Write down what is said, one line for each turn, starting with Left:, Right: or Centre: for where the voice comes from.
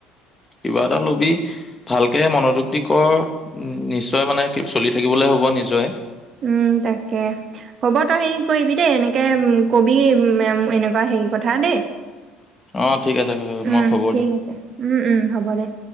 Left: কিবা এটা লবি ভালকে মনোযোগ দি কৰ। উম নিশ্চয় মানে কি চলি থাকিবলে হ'ব নিচয়। জয়
Right: উম তাকে হ'ব তই হেৰি কৰিবি দেই এনেকে উ কবি এনেকুৱা হেৰি কথা দেই।
Left: অ' ঠিক আছে মই
Right: উম
Left: খবৰ
Right: ঠিক
Left: দিম।
Right: আছে উম উম হ'ব দে।